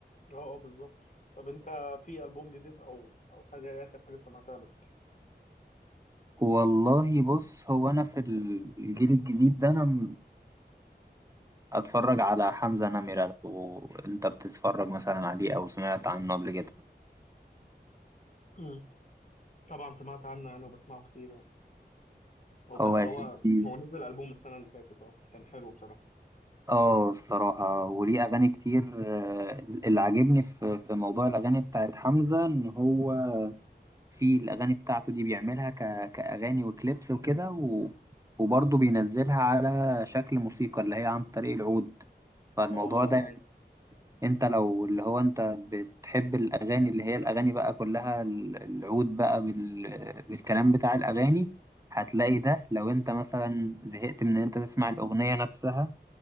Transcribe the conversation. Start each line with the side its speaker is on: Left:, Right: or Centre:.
Left: أه أه بالظبط طب أنت في ألبوم جديد أو أو حاجة إيه آخر حاجة سمعتها مثلا؟
Right: والله بص هو انا في الجيل الجديد ده انا اتفرج على حمزة نمرة لو انت بتتفرج مثلا عليه او سمعت عنه قبل كده
Left: مم. طبعا سمعت عنه يعني وبسمعه كتير يعني هو
Right: هو
Left: بس
Right: يا
Left: هو
Right: سيدي
Left: هو نزل ألبوم السنة اللي فاتت أه كان حلو بصراحة
Right: اه الصراحة وليه اغاني كتير آه، اللي عاجبني في في موضوع الاغاني بتاعت حمزة ان هو في الاغاني بتاعته دي بيعملها ك... كاغاني وكليبس وكده و... وبرضه بينزلها على شكل موسيقى اللي هي عن طريق العود فالموضوع
Left: اه اه
Right: ده
Left: فهمت
Right: انت لو اللي هو انت بتحب الاغاني اللي هي الاغاني بقى كلها ال- العود بقى بال... بالكلام بتاع الاغاني هتلاقي ده لو انت مثلا زهقت من ان انت تسمع الاغنية نفسها